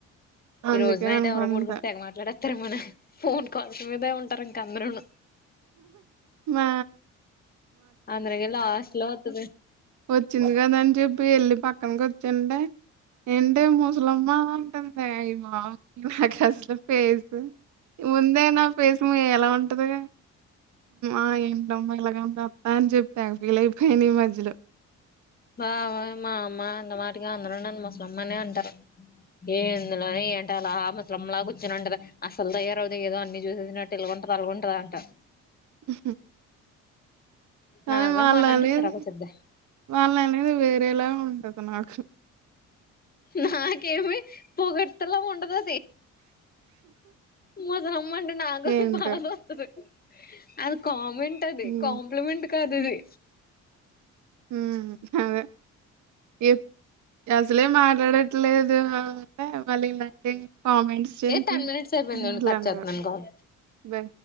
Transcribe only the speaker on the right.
అందుకే
అనుకుంటా
మా
ఓచ్చింది కదా అని చెప్పి ఎల్లి పక్కన కుచుం ఏంటే ముసలమ్మా అంటుందె ఈ మా అట్ల అసలు పేస్ ముందే నా పేస్ మి ఎలా ఉంటది ఆ ఏంటమ్మా ఇలాగంట అని చెప్పా తెగ ఫీల్ అయిపోయింద్ ఈ మధ్యలో
ఉ కానీ
వాళ్ల
అనేది
వాళ్ అనేది వేరేలాగ ఉంటది. అ
ఏంటో
హ్మ్
ఉ అదే ఎ అసలే మాట్లాడట్లేదు. మన ఉంటే మళ్లి ఇలాంటి కామెంట్స్ చేసి
మాట్లనేవారు.
వె